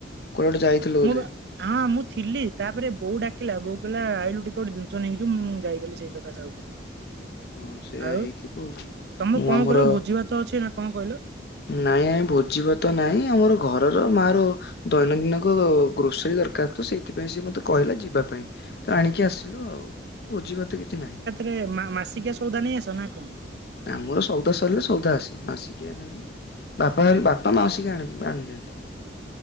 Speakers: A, on the left; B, on the right.
A: କୁଆଡେ ଗୋଟେ ଯାଇଥିଲ ବୋଧେ?
B: ମୁଁ ବା ହଁ ମୁଁ ଥିଲି ତାପରେ ବୋଉ ଡାକିଲା, ବୋଉ କହିଲା ଆଇଲୁ ଟି କୋଉ ଦିନ ଷ ନେଇକିଯିବୁ ମୁଁ ଯାଇଥିଲି ସେଇ ସକାସେ ଆଉଥିଲି।
A: ହଁ ସେଇୟା
B: ଆଉ
A: ହେଇଥିବ ଆଉ,
B: ତୋମେ
A: ମୁଁ
B: କଣ
A: ଆମର
B: କହିଲ ଭୋଜି ଭାତ ଅଛି ନା କଣ କହିଲ?
A: ନାଇଁ ଆଁ ଭୋଜିିଭାତ ନାଇଁ ଆମର ଘରର ମା ର ଦୈନନ୍ଦିନକ ଗ୍ରୋସରୀ ଦରକାର ତ ସେଇଥିପାଇଁ ସିଏ ମୋତେ କହିଲା ଯିବା ପାଇଁ ତ ଆଣି କି ଆସିଲୁ ଆଉ ଭୋଜିଭାତ କିଛି ନାହିଁ।
B: ରେ ମା-ମାସିକିଆ ସଉଦା ନେଇ ଆସ ନା କଣ?
A: ଆମର ସଉଦା ସରିଲେ ସଉଦା ଆସେ, ମାସିକିଆ ନାହିଁ, ବାପା ବାପା ମାସିକି ଆଣ ଆଣିଦିଅନ୍ତି।